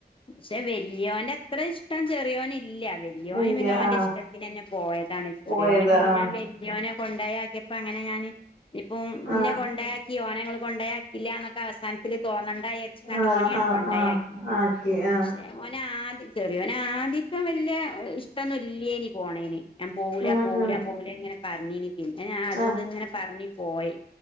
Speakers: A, on the left; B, on the left.
A: പക്ഷെ വല്യോന്റെ അത്ര ഇഷ്ടം ചെറിയൊന് ഇല്ല. വല്യോന്
B: ഇല്ല
A: പിന്നെ ഓന്റെ
B: ആഹ്
A: ഇഷ്ടം ഇഷ്ടത്തിനെന്നെ പോയതാണ്. ചെറിയൊന്
B: പോയത്
A: പിന്നെ
B: ആഹ്
A: ഞാൻ വല്യോനെ കൊണ്ടയാക്കിയപ്പോ അങ്ങനെ ഞാന് ഇപ്പം
B: ആഹ്
A: ഇന്നേ കൊണ്ടോയാക്കി ഓനെ ഇങ്ങൾ കൊണ്ടോയാക്കിയില്ല എന്നൊക്കെ അവസാനത്തില് തോന്നണ്ട വിചാരിച്ചക്കാണ്ട്
B: ആഹ് ആഹ്
A: കൊണ്ടയാക്കി.
B: ആഹ് ആക്കി ആഹ്
A: പക്ഷെ ഓന് ആദ്യം ചെറിയൊൻ ആദ്യം വല്യാ ഇഷ്ടൊന്നും ഇല്യനി പോണേന് ഞാൻ പോവൂല
B: ഉം
A: പോവൂല
B: ഉം
A: പോവൂല ഇങ്ങനെ പറഞ്ഞിനി. പിന്നെ ഞാൻ അത്
B: ആഹ്
A: ഇത് ഇങ്ങനെ പറഞ്ഞു പോയി